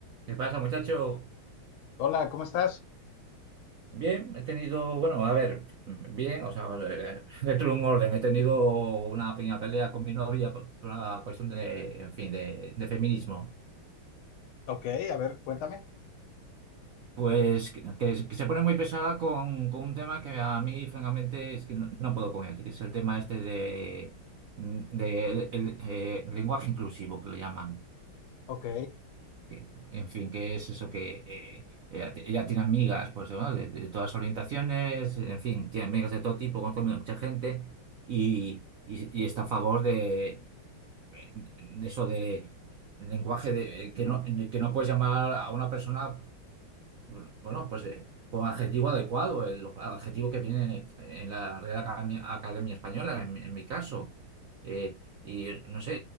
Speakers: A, on the right (about 70°); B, on the left (about 80°).
A: ¿Qué pasa, muchacho?
B: Hola, ¿cómo estás?
A: Bien, he tenido, bueno, a ver, bien, o sea, eh, <laughs> dentro de un orden, he tenido una pequeña pelea con mi novia por por una cuestión de, en fin, de, de feminismo.
B: Ok, a ver, cuéntame.
A: Pues que, que- que se pone muy pesada con, con un tema que a mí, francamente, es que no, no puedo con él, que es el tema este de, de el- el, eh, lenguaje inclusivo, que lo llaman.
B: Ok.
A: que- en fin, que es eso que eh, ella, ti- ella tiene amigas pues, de, bueno, de- de todas orientaciones, en fin, tiene amigas de todo tipo, conoce mucha gente y, y- y está a favor de, de eso de lenguaje de, que no, que no puedes llamar a una persona. Bueno, bueno, pues eh, con adjetivo adecuado, el adjetivo que viene en, en la Real Academia, Academia Española, en, mi en mi caso. Eh, y no sé,